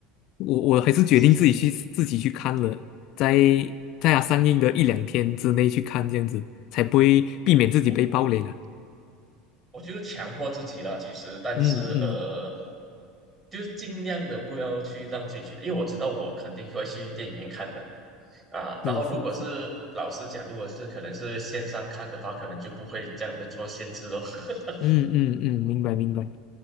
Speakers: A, on the left; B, on the right.
A: 我我还是决定自己去自己去看了，
B: 是是，
A: 在在它上映的一两天之内去看，这样子才不会避免自己被暴雷了。
B: 我我就是强迫自己啦，其实，但是呃，
A: 嗯嗯，
B: 就是尽量的不要去让自己去，因为我知道我肯定会去电影院看的啊。然后如果是老实讲，
A: 是是是，
B: 如果是可能是线上看的话，可能就不会这样的做限制咯。<laughs>
A: 嗯嗯嗯，明白明白。